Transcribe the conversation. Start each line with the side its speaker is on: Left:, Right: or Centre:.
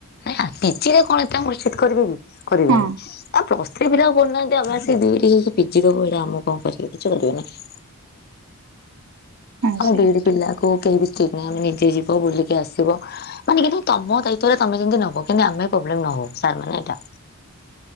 Left: ହ ହଁ ପି ଜି <unintelligible> କରିବି କି କରିବେନି।
Right: ହଁ
Left: ପ୍ଲସ ଥ୍ରି ପିଲା ଆଉ କରୁନାହାନ୍ତି ଆମେ ଆସି ବି ଇ ଡିହେଇକି ପି ଜି ଦବୁ ଏ ଆମ କଣ କରିବେ, କିଛି କରିବେ ନାହିଁ।
Right: ହଁ
Left: ଆମ
Right: ସେଇଆ।
Left: ବି ଇ ଡି ପିଲା କୁ କେହି ବି ସେଥିପାଇଁ ଆମେ ନିଜେ ଯିବ ବୁଲିକି ଆସିବ। ମାନେ କିନ୍ତୁ ତମ ଦାୟିତ୍ୱ ରେ ତମେ ଯେମିତି ନବ କିନ୍ତୁ ଆମେ ପ୍ରୋବ୍ଲେମ ନହଉ। ହଉ ସାର୍ ମାନେ ଏଇଟା।